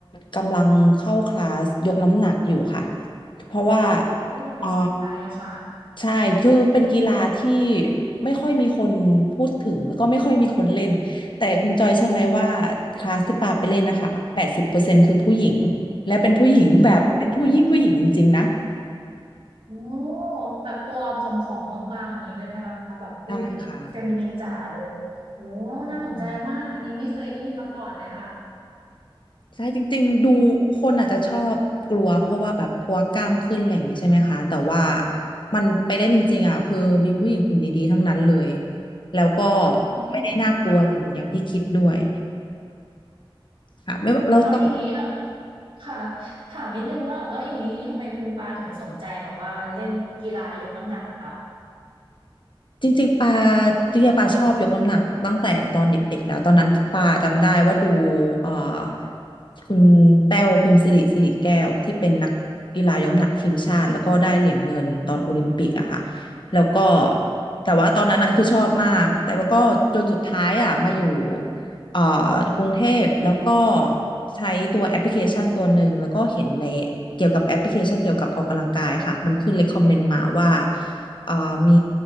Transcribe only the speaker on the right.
โอ้น่าสนใจค่ะ
โอ้ โอ้แบบตัวผอมๆบางๆอย่างนี้เลยไหมคะแบบหุ่น
เฟมินินจ๋าเลยโอ้น่าสนใจมากอันนี้ไม่เคยได้ยินมาก่อนเลยค่ะ
อืมค่ะ
แล้วอย่างนี้ค่ะค่ะถามนิดนึงว่าแล้วอย่างนี้ทำไมคุณปาถึงสนใจแบบว่าเล่นกีฬายกน้ำหนักอะคะ